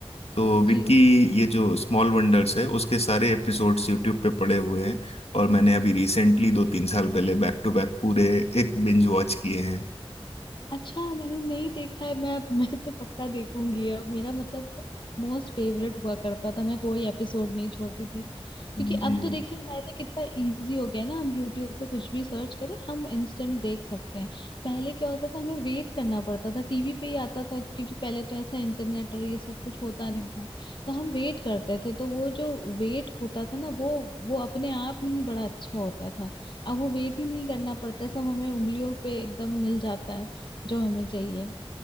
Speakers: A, on the left; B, on the left.
A: तो विकी
B: जी
A: ये जो स्मॉल वंडर्स है उसके सारे एपिसोड्स यूट्यूब पे पड़े हुए हैं और मैंने अभी रिसेंटली दो तीन साल पहले बैक टू बैक पूरे एक बिंज वॉच किए हैं
B: अच्छा मैंने नहीं देखा है मैं <laughs> मैं तो पक्का देखूंगी अब मेरा मतलब मोस्ट फेवरेट हुआ करता था मैं कोई एपिसोड नहीं छोड़ती थी
A: <laughs>
B: क्योंकि
A: जी
B: अब तो देखिए हमारे लिए कितना इजी हो गया है ना हम यूट्यूब पे कुछ भी सर्च करें हम इंस्टेंट देख सकते हैं पहले क्या होता था हमें वेट करना पड़ता था टीवी पे ही आता था क्योंकि पहले तो ऐसा इंटरनेट और ये सब कुछ होता नहीं था तो हम वेट करते थे तो वो जो वेट होता था ना वो वो अपने आप में ही बड़ा अच्छा होता था अब वो वेट ही नहीं करना पड़ता सब हमें उंगलियों पे एकदम मिल जाता है जो हमें चाहिए